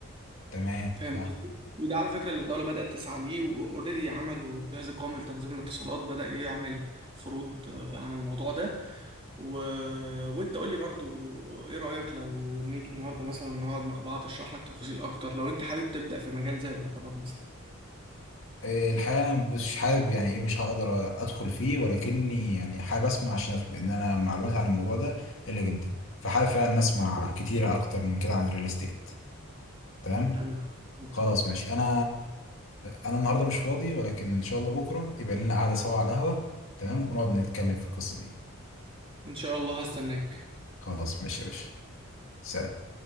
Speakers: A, on the left; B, on the right.
A: تمام
B: فاهم
A: فاهم
B: قصدي؟ وده على فكرة اللي الدولة بدأت تسعى ليه وأوريدي عملوا الجهاز القومي لتنظيم الاتصالات بدأ يعمل فروض آه، عن الموضوع ده و... وأنت قول لي برضو إيه رأيك لو نيجي النهاردة مثلا نقعد مع بعض أشرح لك تفاصيل أكتر لو أنت حابب تبدأ في مجال زي الاعتبارات مثلا
A: إيه، الحقيقه انا مش حابب يعني ايه مش هقدر ادخل فيه ولكني يعني حابب اسمع عشان افهم لان انا معلوماتي عن الموضوع ده قليله جدا فحابب فعلا اسمع كتيره اكتر من كده عن الريل استيت تمام
B: حلو جدا
A: خلاص ماشي انا انا النهارده مش فاضي ولكن ان شاء الله بكره يبقى لنا قعده سوا على القهوه تمام ونقعد نتكلم في القصه دي
B: إن شاء الله هستناك
A: خلاص ماشي يا باشا سلام